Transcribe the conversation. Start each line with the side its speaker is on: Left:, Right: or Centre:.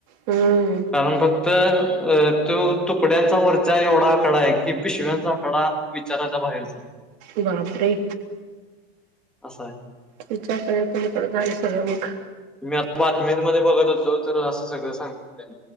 Right: हम्म
Centre: कारण फक्त अ तो तुकड्यांचा वरचा एवढा आकडा आहे कि पिशव्यांचा आकडा विचाराचा बाहेरचा
Right: ते बापरे
Centre: असंय
Right: विचार कर पलीकडे झालंय सगळं मग
Centre: मी आता बातमीमध्ये बघत होतो तर असं सगळं सांगितल्याल.